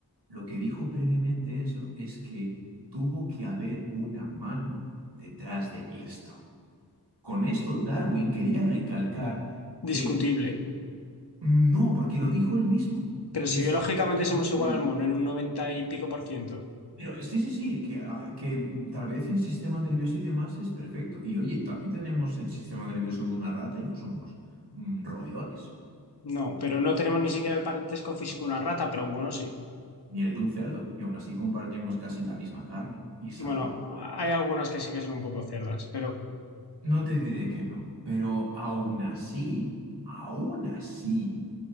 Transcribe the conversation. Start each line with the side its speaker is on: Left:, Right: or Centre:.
Right: lo que dijo previamente eso es que tuvo que haber una mano detrás de esto. Con esto, Darwin quería recalcar que
Left: discutible.
Right: no, porque lo dijo él mismo.
Left: Pero
Right: Es
Left: si biológicamente
Right: lo
Left: somos
Right: que
Left: igual
Right: libre.
Left: al mono en un noventa y pico por ciento.
Right: pero sí, sí, sí, que, ah, que tal vez el sistema nervioso y demás es perfecto. Y oye, también tenemos el sistema nervioso de una rata y no somos mm, roedores.
Left: No, pero no tenemos ni siquiera el parentesco físico de una rata, pero un mono sí.
Right: ni el de un cerdo, y aún así compartimos casi la misma carne y sabor.
Left: Bueno, hay algunas que sí que son un poco cerdas, pero o
Right: No te diré que no, pero aún así, aún así,